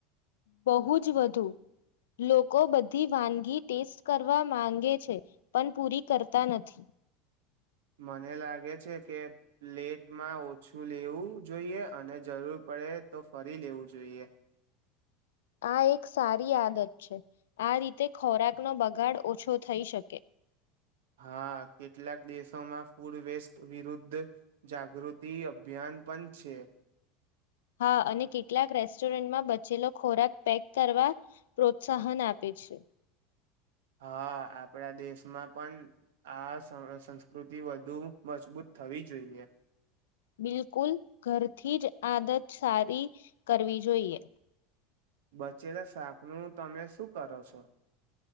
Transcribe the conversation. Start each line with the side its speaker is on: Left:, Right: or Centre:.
Left: બહુ જ વધુ લોકો બધી વાનગી ટેસ્ટ કરવા માંગે છે પણ પૂરી કરતા નથી.
Right: મને લાગે છે કે પ્લેટમાં ઓછું લેવું જોઈએ અને જરૂર પડે તો ફરી લેવું જોઈએ.
Left: આ એક સારી આદત છે આ રીતે ખોરાકનો બગાડ ઓછો થઈ શકે.
Right: હા કેટલાક દેશોમાં ફૂડ વેસ્ટ વિરુદ્ધ જાગૃતિ અભિયાન પણ છે.
Left: હા અને કેટલાક રેસ્ટોરન્ટમાં બચેલો ખોરાક પેક કરવા પ્રોત્સાહન આપે છે.
Right: હા આપણા દેશમાં પણ આ સસંસ્કૃતિ વધુ મજબૂત થવી જોઈએ.
Left: બિલકુલ ઘરથી જ આદત સારી કરવી જોઈએ.
Right: બચેલા શાકનું તમે શું કરો છો.